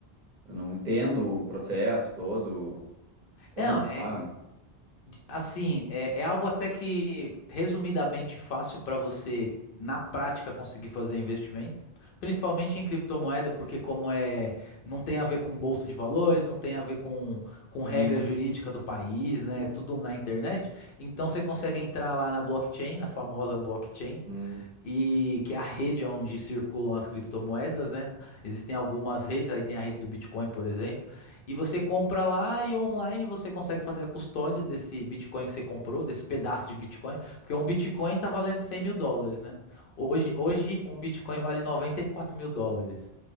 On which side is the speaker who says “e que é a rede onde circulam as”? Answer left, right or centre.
Left